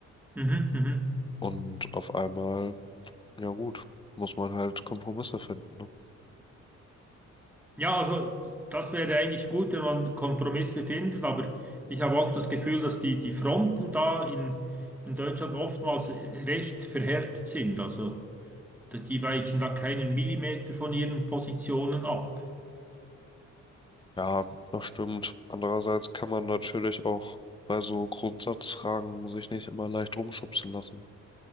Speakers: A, in the centre; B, on the left.
A: mhm, mhm.
B: Und auf einmal, ja gut, muss man halt Kompromisse finden, ne?
A: Ja, also das wäre eigentlich gut, wenn man Kompromisse findet, aber ich habe auch das Gefühl, dass die, die Fronten da in, in Deutschland oftmals recht verhärtet sind, also. Die weichen da keinen Millimeter von ihren Positionen ab.
B: Ja, das stimmt. Andererseits kann man natürlich auch bei so Grundsatzfragen sich nicht immer leicht rumschubsen lassen.